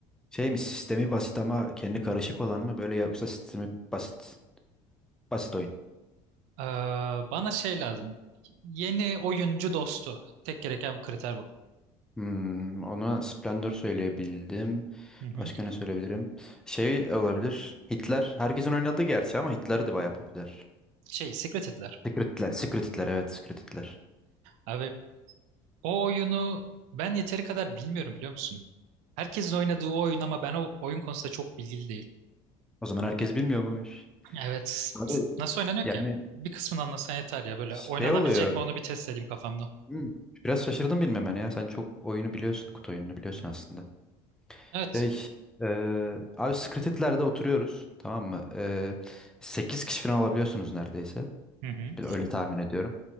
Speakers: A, in the centre; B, on the right.
A: şey mi sistemi basit ama kendi karışık olan mı böyle yoksa sistemi basit basit oyun.
B: Ee, bana şey lazım. Yeni oyuncu dostu. Tek gereken bu kriter bu.
A: Hmm, ona Splendor söyleyebildim.
B: Hı hı.
A: Başka ne söyleyebilirim? Şey olabilir. Hitler. Herkesin oynadığı gerçi ama Hitler de bayağı popüler.
B: Şey, Secret Hitler.
A: Secret Hitler. Secret Hitler evet Secret Hitler.
B: Abi o oyunu ben yeteri kadar bilmiyorum biliyor musun? Herkesin oynadığı o oyun ama ben o oyun konusunda çok bilgili değilim.
A: O zaman herkes bilmiyormuş.
B: Evet.
A: Abi
B: Nasıl oynanıyor
A: yani
B: ki? Bir kısmını anlasan yeter ya. Böyle
A: Şey
B: oynanabilecek
A: oluyor.
B: mi onu bir test edeyim kafamda.
A: hmm, Biraz şaşırdım bilmemene ya. Sen çok oyunu biliyorsun. Kutu oyununu biliyorsun aslında.
B: Evet.
A: Şey eee abi Secreted'lerde oturuyoruz. Tamam mı? Eee 8 kişi falan olabiliyorsunuz neredeyse.
B: Hı hı.
A: Bir- Öyle tahmin ediyorum.